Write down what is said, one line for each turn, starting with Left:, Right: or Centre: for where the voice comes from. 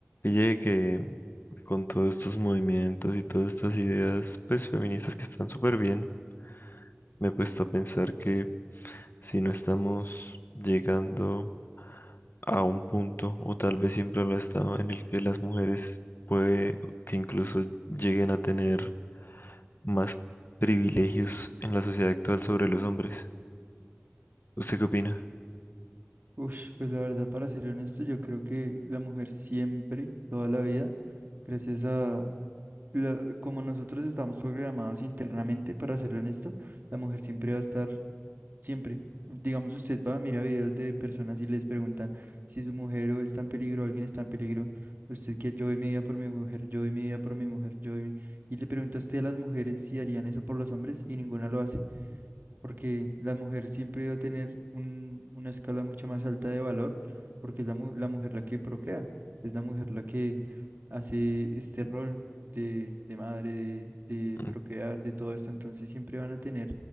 Left: Oye, que con todos estos movimientos y todas estas ideas, pues feministas que están súper bien, me he puesto a pensar que si no estamos llegando a un punto, o tal vez siempre lo ha estado, en el que las mujeres puede que incluso lleguen a tener más privilegios en la sociedad actual sobre los hombres. ¿Usted qué opina?
Right: Ush, pues la verdad, para ser honesto, yo creo que la mujer siempre, toda la vida, gracias a la- como nosotros estamos programados internamente, para ser honesto, la mujer siempre va a estar, siempre. Digamos, usted va, mira videos de personas y les preguntan si su mujer o está en peligro, alguien está en peligro. Usted que yo doy mi vida por mi mujer, yo doy mi vida por mi mujer, yo doy mi... Y le pregunta a usted a las mujeres si harían eso por los hombres y ninguna lo hace porque la mujer siempre va a tener un- una escala mucho más alta de valor, porque es la, mu- la mujer la que procrea, es la mujer la que hace este rol de, de madre, de, de
Left: Mm,
Right: procrear, de todo esto, entonces siempre van a tener